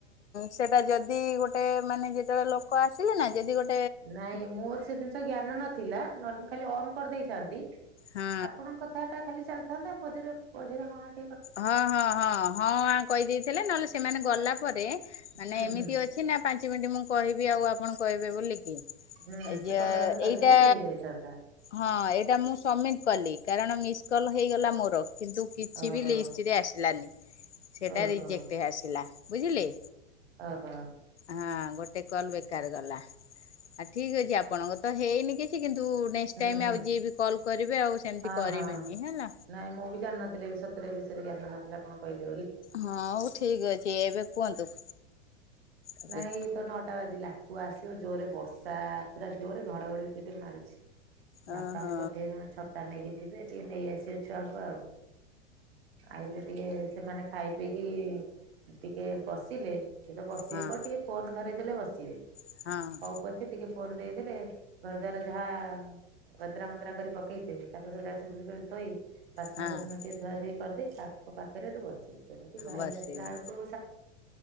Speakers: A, on the left; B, on the right.
A: ସେଟା ଯଦି ଗୋଟେ ମାନେ ଯେତେବେଳେ ଲୋକ ଆସିଲେ ନା ଯଦି ଗୋଟ
B: ନାଇଁ ମୋର ସେ ଜିନିଷ ଜ୍ଞାନ ନ ଥିଲା ନହେଲେ ମୁ ଖାଲି ଅନ କରିଦେଇଥାନ୍ତି
A: ହଁ
B: ଆପଣଙ୍କ କଥାଟା ଖାଲି ଚାଲି ଥାନ୍ତା ଆମ ପଚାର କହିଲ ହଁ ଆଁ
A: ହଁ ହଁ ହଁ ହଁ ଆଁ କହିଦେଇଥିଲେ ନହେଲେ ସେମାନେ ଗଲା ପରେ ମାନେ
B: ହୁଁ
A: ଏମିତି
B: ହୁଁ
A: ଅଛି ନା ପାଞ୍ଚ ମିନିଟ୍ ମୁଁ କହିବି ଆଉ ଆପଣ କହିବେ ବୋଲି କି।
B: ହୁଁ
A: ଏ
B: ସେ
A: ଯୋଉ
B: ପଦେ ଅଧେ କହିଦେଲେ
A: ଏଇଟା
B: ହେଇଯାଇଥାନ୍ତା
A: ହଁ ଏଇଟା ମୁଁ ସବମିଟ୍ କଲି କାରଣ ମିସ୍ କଲ ହେଇଗଲା ମୋର କିନ୍ତୁ କିଛି
B: ଓହୋ
A: ଥିରେ ଆସିଲାନି ସେଟା
B: ଓହୋ।
A: ରିଜେକ୍ଟ ଆସିଲା ବୁଝିଲେ।
B: ଓ ହ।
A: ହଁ ଗୋଟେ କଲ ବେକାର ଗଲା। ଆଉ ଠିକ୍ ଅଛି ଆପଣଙ୍କ ତ ହେଇନି କିଛି କିନ୍ତୁ ନେକ୍ସଟ
B: ହୁଁ
A: ଟାଇମ
B: ହୁଁ
A: ଆଉ ଯିଏ ବି କଲ୍ କରିବେ ଆଉ ସେମିତି
B: ହଁ
A: କରିବେନି
B: ହଁ
A: ହେଲା।
B: ନାଇଁ ମୁଁ ବି ଜାଣିନଥିଲି ଏ ସତରେ ଏ ବିଷୟରେ ଜାଣି ନଥିଲି ଆପଣ କହିଲେ ବୋଲି।
A: ହଁ ହଉ ଠିକ୍ ଅଛି ଏବେ କୁହନ୍ତୁ। ଓହୋ
B: ନାଇଁ ତ ନ ଅଟା ବାଜିଲା ପୁଅ ଆସିବ ଜୋରେ ବର୍ଷା ପୁରା ଜୋରେ ଘଡଘଡିି ଟିକେ ମାରୁଛି। ବାପାଙ୍କୁ
A: ଓହୋ
B: ପଠେଇବି ଛତା ନେଇକି ଯିବେ ଟିକେ ନେଇ ଆସିବେ ଛୁଆଙ୍କୁ ଆଉ। ଆଇଲେ ଟିକେ ସେମାନେ ଖାଇ ପିଇକି ଟିକେ ବସିଲେ ସିଏତ ବସ
A: ହଁ
B: ହଉ ଟିକେ ଫୋନ ଧରେଇଦେଲେ ବସିବେ।
A: ହଁ।
B: ହଉ ପଛେ ଟିକେ ଫୋନ୍ ଦେଇଦେଲେ ଘରଦ୍ୱାର ଯାହା ବନ୍ଦରା ମନ୍ଦରା କରି ପକେଇଥିବେ। ତାକୁ ସେଟା ଚୁଗୁଡ଼ କରି ଥୋଇ ବାସନକୁସନ
A: ହଁ
B: ଟିକେ ଧୁଆ ଧୋଇ କରିଦେଇ ତାଙ୍କ ପାଖରେଠୁ ବସିବୁ। ତେଣିକି ଭାଇ
A: ବସିବେ
B: ଆସିଲା ଅଳକୁ